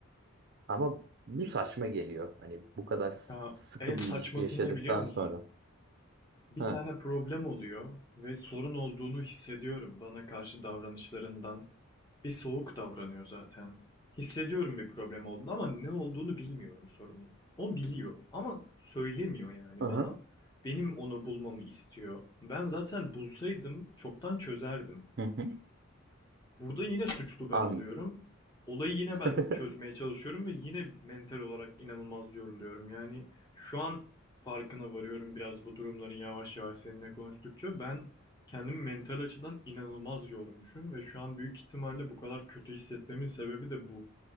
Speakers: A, on the right; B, on the left.
A: ama bu saçma geliyor hani bu kadar s-
B: Ya
A: sıkı
B: en saçmasını
A: bir ilişki yaşadıktan
B: ne biliyor musun?
A: sonra.
B: Bir
A: Ha.
B: tane problem oluyor ve sorun olduğunu hissediyorum. Bana karşı davranışlarından bir soğuk davranıyor zaten. Hissediyorum bir problem olduğunu ama ne olduğunu bilmiyorum sorunun. O biliyor ama söylemiyor yani
A: Aha.
B: bana. Benim onu bulmamı istiyor. Ben zaten bulsaydım çoktan çözerdim.
A: Hı hı.
B: Burada yine suçlu ben
A: An.
B: oluyorum. Olayı yine
A: <laughs>
B: ben çözmeye çalışıyorum ve yine mental olarak inanılmaz yoruluyorum. Yani şu an farkına varıyorum biraz bu durumların yavaş yavaş seninle konuştukça. Ben kendimi mental açıdan inanılmaz yormuşum ve şu an büyük ihtimalle bu kadar kötü hissetmemin sebebi de bu.